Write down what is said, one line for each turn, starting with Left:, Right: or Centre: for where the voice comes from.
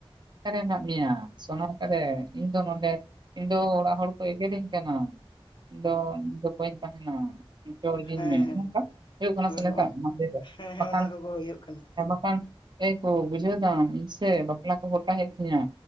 Right: ᱚᱠᱟᱨᱮ ᱢᱮᱱᱟᱜ ᱢᱮᱭᱟ ᱥᱚᱱᱟ ᱚᱠᱟᱨᱮ ᱤᱧ ᱫᱚ ᱱᱚᱰᱮ ᱤᱧ ᱫᱚ ᱚᱲᱟᱜ ᱦᱚᱲ ᱠᱚ ᱮᱜᱮᱨᱮᱧ ᱠᱟᱱᱟ ᱤᱧ ᱫᱚ ᱤᱧ ᱫᱚ ᱵᱟᱹᱧ ᱛᱟᱦᱮᱱᱟ ᱱᱤᱛᱚᱜ ᱤᱫᱤᱧ
Left: ᱦᱮᱸ
Right: ᱢᱮ
Left: ᱦᱮᱸ
Right: ᱱᱚᱝᱠᱟ ᱦᱩᱭᱩᱜ ᱠᱟᱱᱟ
Left: ᱦᱳᱭ
Right: ᱥᱮ ᱱᱮᱛᱟᱨ
Left: ᱦᱮᱸ
Right: <unintelligible>
Left: ᱦᱮᱸ
Right: ᱵᱟᱠᱷᱟᱱ
Left: ᱚᱱᱟ ᱠᱚᱜᱮ ᱦᱩᱭᱩᱜ ᱠᱟᱱᱟ
Right: ᱦᱮᱸ ᱵᱟᱠᱷᱟᱱ ᱮ ᱜᱳ ᱵᱩᱡᱷᱟᱹᱣ ᱫᱟᱢ ᱤᱧ ᱥᱮ ᱵᱟᱯᱞᱟ ᱠᱚ ᱜᱚᱴᱟ ᱦᱮᱡ ᱛᱤᱧᱟᱹ